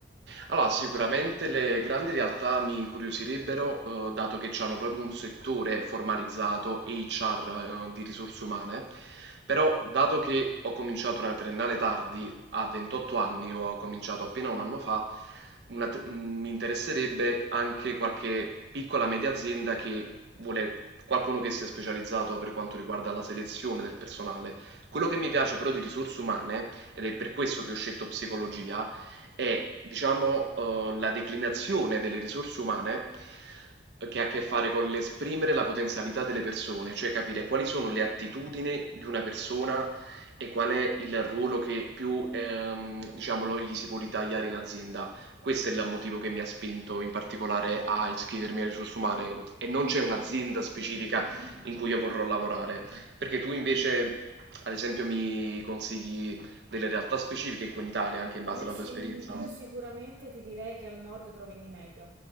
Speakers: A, on the right; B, on the right.
A: Allora, sicuramente le grandi realtà mi incuriosirebbero, eh, dato che hanno proprio un settore formalizzato, HR, eh, di risorse umane, però dato che ho cominciato una triennale tardi, a 28 anni, ho cominciato appena un anno fa, una tr- mm, mi interesserebbe anche qualche piccola media azienda che vuole qualcuno che sia specializzato per quanto riguarda la selezione del personale. Quello che mi piace però di risorse umane, ed è per questo che ho scelto psicologia, è, diciamo, uhm, la declinazione delle risorse umane che ha a che fare con l'esprimere la potenzialità delle persone, cioè capire quali sono le attitudini di una persona e qual è il ruolo che più, ehm, diciamo, lo gli si può ritagliare in azienda. Questo è il motivo che mi ha spinto in particolare a iscrivermi alle risorse umane e non c'è un'azienda specifica in cui io vorrò lavorare, perché tu invece, ad esempio, mi consigli delle realtà specifiche qui in Italia, anche in base
B: Io,
A: alla
B: sì,
A: tua esperienza?
B: io sicuramente ti direi che al nord trovi di meglio,